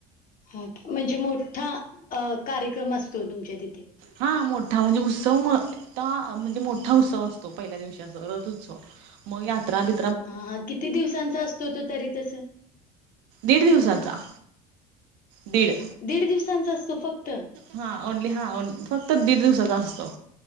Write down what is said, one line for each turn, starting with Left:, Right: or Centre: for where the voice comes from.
Left: ह का, म्हणजे मोठा. अ कार्यक्रम असतो, तुमच्या तिथे.
Right: हा मोठा म्हणजे, उत्सव म ठा, म्हणजे मोठा उत्सव असतो, पहिल्या दिवसाचा असं रथ उत्सव. मग यात्रा बी
Left: हा, हा. किती दिवसांचा असतो तो, तरी तसं.
Right: दीड दिवसाचा. दीड.
Left: दीड दिवसांचा असतो फक्त.
Right: हा ओनली हा ओन, फक्त दीड- दिवसाचा असतो.